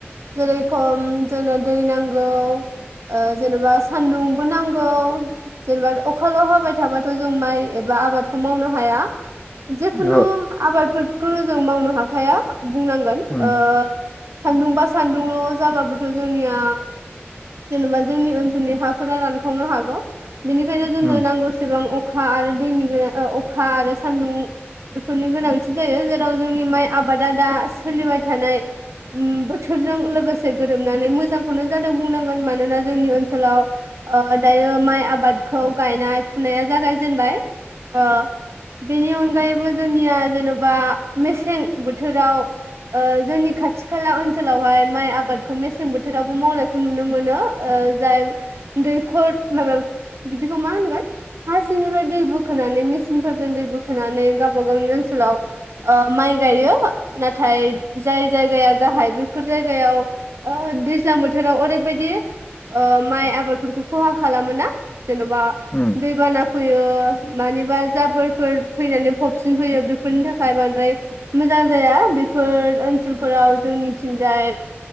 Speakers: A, on the right; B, on the left.
A: जेरेखम जोंनो दै नांगौ ओ जेनेबा सान्दुंबो नांगौ जेनेबा अखाल' हाबाय थाबाथ' जों माइ एबा आबादखौ मावनो हाया जेखुनु
B: ओहो
A: आबादफोर खौनो जों मावनो हाखाया बुंनांगोन
B: उम
A: ओ सान्दुं बा सान्दुंल' जाबाबोथ' जोंनिया जेनेबा जोंनि ओनसोलनि हाफोरा रानखावनो हागौ बिनिखायनो जोंनो
B: उम
A: नांगौ एसेबां अखा आर दैनि गोनां ओ अखा आरो सान्दुं बेफोरनि गोनांथि जायो जेराव जोंनि माइ आबादा दा सोलिबाय थानाय उम बोथोरजों लोगोसे गोरोबनानै मोजांखौनो जादों बुंनांगोन मानोना जोंनि ओनसोलाव ओ दायो माइ आबादखौ गायनाय फुनाया जागायजेनबाय ओ बेनि अनगायैबो जोंनिया जेन'बा मेसें बोथोराव ओ जोंनि खाथि खाला ओनसोलावहाय माइ आबादखौ मेसें बोथोरावबो मावनायखौ नुनो मोनो ओ जाय दैखर माबा बिदिखौ मा होनगोन हा सिंनिफ्राय दै बोखोनानै मेसिनफोरजों दै बोखोनानै गाबा गावनि ओनसोलाव ओ माइ गायो ना थाय जाय जायगाया गाहाय बेफोर जायगायाव ओ दैज्लां बोथोराव ओरैबायदि ओ माइ आबादफोरखौ खहा खालामो ना जेन'बा
B: उम
A: दैबाना फैयो मानिबा जाबोरफोर फैनानै फबसिन फैयो बेफोरनि थाखाय बांद्राय मोजां जाया बे फोर ओनसोलफोराव जोंनिथिंजाय